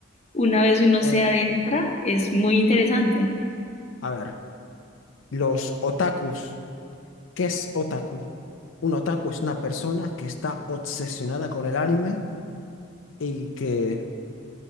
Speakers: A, on the left (about 35°); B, on the left (about 75°).
A: una vez uno
B: eh,
A: se adentra, es muy interesante.
B: a ver, los otakus, ¿qué es otaku? Un otaku es una persona que está obsesionada con el anime y que,